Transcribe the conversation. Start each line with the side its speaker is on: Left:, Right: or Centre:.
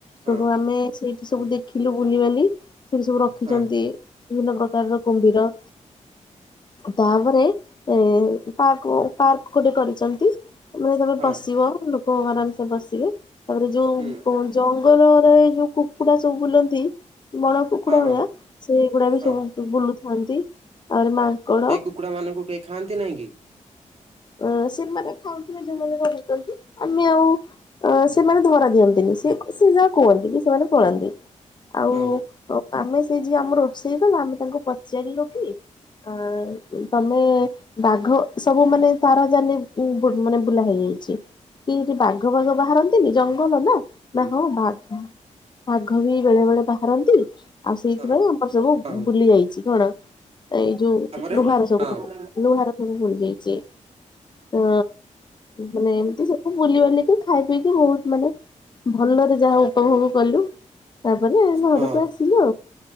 Right: ହଁ
Left: ସେଠୁ ଆମେ ସେଇଠି ସବୁ ଦେଖିଲୁ ବୁଲିିବାଲି ସେଠି ସବୁ ରଖିଛନ୍ତି।
Right: ହଁ
Left: ବିଭିନ୍ନ ପ୍ରକାରର କୁମ୍ଭୀର। ତାପରେ ଏ ପାର୍କ ପାର୍କ ଗୋଟେ କରିଛନ୍ତି। ମାନେ ତମେ
Right: ହଁ
Left: ବସିବ ଲୋକ ଆରାମ ସେ ବସିବେ ତାପରେ ଯୋଉ
Right: ହୁଁ
Left: ଯୋଉ ଏ ଯୋଉ କୁକୁଡା ସବୁ ବୁଲନ୍ତି। ବଣ କୁକୁଡା
Right: ହଁ ହଁ
Left: ଭଳିଆ ସେଗୁଡା ବି
Right: ହଁ
Left: ସମସ୍ତଙ୍କୁ ବୁଲୁଥାନ୍ତି ଆଉରି ମାଙ୍କଡ।
Right: କୁକୁଡା ମାନଙ୍କୁ କେହି ଖାଆନ୍ତି ନାଇଁ କି?
Left: ଅଁ ସେମାନେ ଖାଉଥିବେ ଯୋଉମାନେ ରହୁଛନ୍ତି ଆମେ ଆଉ ଅଁ ସେମାନେ ଧରା ଦିଅନ୍ତିନି ସେ ସେ ଯାହା କୁହନ୍ତି କି ସେମାନେ ପଳାନ୍ତି। ଆଉ
Right: ହଁ ହଁ
Left: ଆମେ ସେଇ ଯି ଆମ ରୋଷେଇ କଲା ଆମେ ତାଙ୍କୁ ପଚାରିଲୁ କି? ଆ ତମେ ବାଘ ସବୁ ମାନେ ତାର ଜାଲି ମାନେ ବୁଲା ହେଇଯାଇଛି। ଜିନ୍ତି ବାଘ ଫାଘ ବାହାରନ୍ତିନି ଜଙ୍ଗଲ ନା ନା ହଁ ବାଘ। ବାଘ ବି ବେଳେ ବେଳେ ବାହାରନ୍ତି ଆଉ ସେଇଥିପାଇ
Right: ହଁ
Left: ଆମର ସବୁ
Right: ହଁ
Left: ବୁଲି ଯାଇଛି କଣ? ଏଇ ଯୋଉ
Right: ତାପରେ
Left: ଲୁହାର ସବୁ
Right: ହଁ
Left: ଲୁହାର ସବୁ ବୁଲି ଯାଇଛି। ହଁ ମାନେ ଏମତି ସବୁ ବୁଲିବାଲିକି ଖାଇ ପିଇକି ବହୁତ ମାନେ ଭଲରେ ଯାହା ଉପଭୋଗ କଲୁ। ତାପରେ ଘରକୁ
Right: ହଁ
Left: ଆସିଲୁ